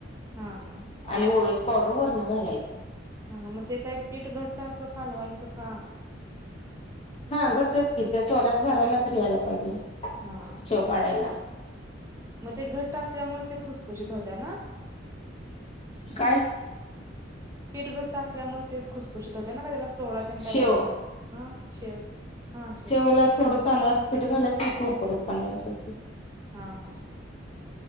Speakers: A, on the right (about 15°); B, on the left (about 30°).
A: हा हा.
B: आणि ओव्याची पावडर वरण घालायची.
A: मग ते काय पीठ घट्ट असं कालवायचं का?
B: हा घट्टच कि चोऱ्यात भरायला तर यायला पाहिजे
A: हा
B: शेव पाडायला.
A: मग ते घट्ट असल्यामुळच ते खुसखुशीत होत्या ना?
B: काय?
A: पीठ घट्ट असल्यामुळच ते खुस. खुशीत होत्या ना का त्याला सोडा तेन
B: शेव
A: काय वापराय लागतो? हा शेव हा शेव.
B: तुला थोडं. तांदळाच पीठ घालायच कुरकुरीत पना यासाठी.
A: हा हा.